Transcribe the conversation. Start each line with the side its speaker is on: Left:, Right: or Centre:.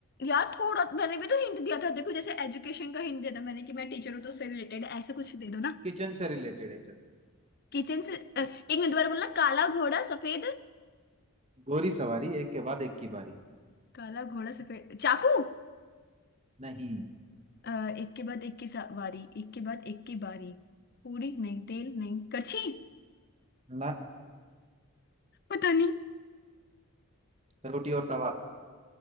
Left: यार थोड़ा मैंने भी तो हिंट दिया था देखो जैसे एजुकेशन का हिंट दिया था मैंने कि मैं टीचर हूँ
Right: हाँ,
Left: तो उससे रिलेटेड ऐसा कुछ
Right: हाँ।
Left: दे दो ना
Right: किचन से रिलेटेड है चलो
Left: किचन से अ, एक मिनट दोबारा बोलना काला घोड़ा सफेद
Right: गोरी सवारी एक के बाद एक की बारी
Left: काला घोड़ा सफेद चाकू
Right: नहीं
Left: अ, एक के बाद एक की सा- बारी एक के बाद एक की बारी पूरी नहीं तेल नहीं करछी
Right: ना
Left: पता नहीं
Right: रोटी और तवा